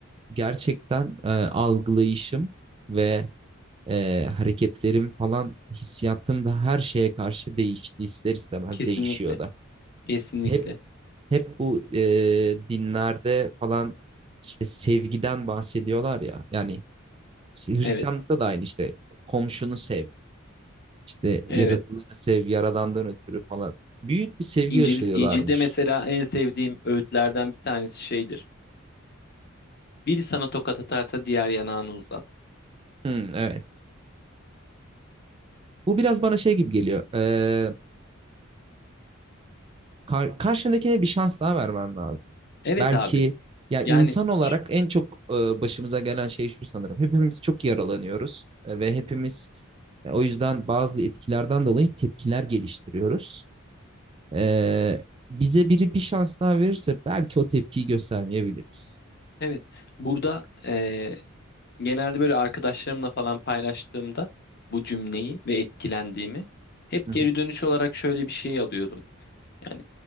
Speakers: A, on the right; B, on the left.
A: gerçekten e, algılayışım ve Ee, hareketlerim falan hissiyatım da her şeye karşı değişti. İster istemez
B: kesinlikle.
A: değişiyor da.
B: Kesinlikle.
A: Hep hep bu e, dinlerde falan işte sevgiden bahsediyorlar ya. Yani işte Hristiyanlıkta
B: Evet.
A: da aynı işte komşunu sev, işte
B: Evet.
A: yaratılanı sev, yaradandan ötürü falan. Büyük bir sevgi
B: İncil,
A: aşılıyorlarmış.
B: İncil'de mesela en sevdiğim öğütlerden bir tanesi şeydir. Biri sana tokat atarsa diğer yanağını uzat.
A: Hmm, evet. Bu biraz bana şey gibi geliyor. Ee, kar- karşındakine bir şans daha vermen lazım.
B: Evet
A: Belki
B: abi.
A: ya insan
B: Yani
A: olarak
B: ş-
A: en çok e, başımıza gelen şey şu sanırım. Hepimiz çok yaralanıyoruz e, ve hepimiz e, o yüzden bazı etkilerden dolayı tepkiler geliştiriyoruz. E, bize biri bir şans daha verirse belki o tepkiyi göstermeyebiliriz.
B: evet. Burada eee, genelde böyle arkadaşlarımla falan paylaştığımda bu cümleyi ve etkilendiğimi hep
A: Hı hı.
B: geri dönüş olarak şöyle bir şey alıyordum. Yani